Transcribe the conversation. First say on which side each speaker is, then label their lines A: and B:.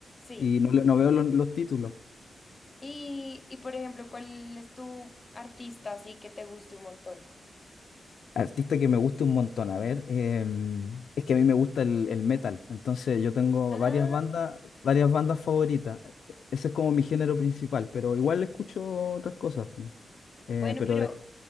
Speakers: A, on the left; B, on the left.
A: Sí.
B: y no, le- no veo los, los títulos.
A: Y, y por ejemplo, ¿cuál es tu artista así que te guste un montón?
B: Artista que me gusta un montón, a ver, em, es que a mí me gusta el, el metal, entonces yo tengo
A: Ah,
B: varias bandas, varias bandas favoritas. Ese es como mi género principal, pero igual escucho otras cosas. Eh,
A: bueno,
B: pero
A: pero
B: de,